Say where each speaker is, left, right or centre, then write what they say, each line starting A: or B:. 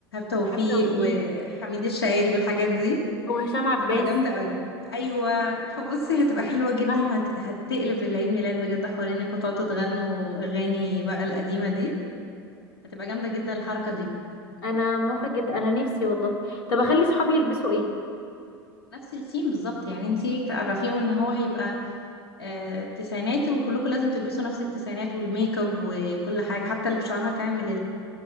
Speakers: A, on the left (about 85°); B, on the left (about 65°).
A: توفيق
B: حتى وفي
A: وحميد الشاعري والحاجات دي
B: وهشام
A: بتبقى
B: عباس
A: جامدة قوي ايوه فبصي هتبقى حلوة جدا
B: صح
A: وهتقلب العيد ميلاد بجد حوار انكم تقعدوا تغنوا اغاني بقى القديمة دي هتبقى جامدة جدا الحركة دي
B: انا موافقه جدا انا نفسي والله طب اخلي صحابي يلبسوا ايه
A: نفس السيم بالظبط يعني انتي تعرفيهم ان هو هيبقى آه تسعيناتي وكلكم لازم تلبسوا نفس التسعينات والميك اب وكل حاجة حتى اللي في شعرها تعمل